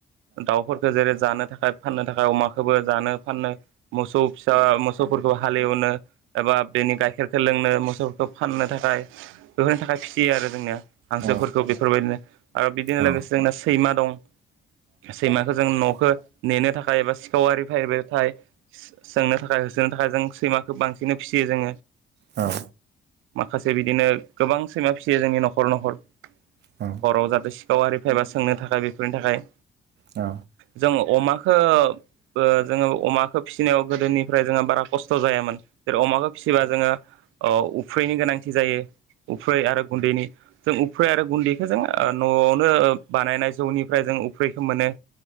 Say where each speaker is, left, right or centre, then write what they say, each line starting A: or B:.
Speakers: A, on the right (about 85°); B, on the right (about 60°).
A: दाउफोरखौ जेरै जानो थाखाय फाननो थाखाय अमाखौबो जानो फानो मोसौ फिसा मोसौफोरखौ हालेवनो एबा बेनि गाइखेरखौ लोंनो मोसौ फाननो थाखाय बेफोरनि थाखाय फिसियो आरो जोंनियाव हांसौफोरखौ
B: औ
A: बेफोर बयदिनो आरो बिदिनो
B: औ
A: लोगोसे
B: औ
A: ओ जोंना सैमा दं सैमाखौ जों न'खौ नेनो थाखाय ऐसा सिखाव‌ आरि फैबाथाय सोंनो थाखाय सोंनो थाखाय जों सैमाखौ बांसिन फिसियो जों
B: औ
A: माखासे बिदिनो गोबां सैमा फिसियो जोंनि न'खर न'खर
B: औ
A: न'आव जाहाथे सिखाव आरि फायबा सोंनो थाखाय बेफोरनि थाखाय
B: औ
A: जों अमाखो ओ जोङो अमाखौ फिसिनायाव गोदोनिफ्राय जोङो बारा खस्थ' जायामोन जेरै अमाखौ फिसिबा जोङो उफ्ररैनि गोनांथि जायो उफ्रै आरो गुन्दैनि जों उफ्ररै आरो गुन्दैखौ जों ओ न'आवनो बानायनाय अफ्रिखौ माने